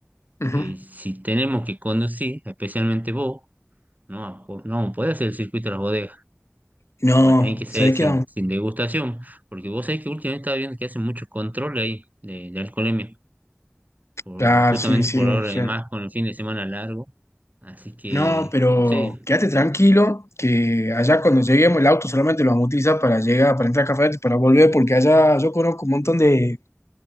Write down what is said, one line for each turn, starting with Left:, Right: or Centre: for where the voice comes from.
Left: Ujú.
Right: Que si tenemos que conducir, especialmente vos, No, po- no puede hacer el circuito de las bodegas.
Left: No,
Right: O va a tener que ser
Left: ¿sabés
Right: sin,
Left: qué?
Right: sin degustación. Porque vos sabés que últimamente estaba viendo que hacen mucho control ahí de, de alcoholemia. Por,
Left: Claro,
Right: justamente
Left: sí, sí,
Right: por ahora,
Left: sí.
Right: además con el fin de semana largo. Así que,
Left: No, pero
Right: no sé,
Left: quédate tranquilo, que allá cuando lleguemos el auto solamente lo vamos a utilizar para llegar, para entrar a Cafayate y para volver, porque allá yo conozco un montón de,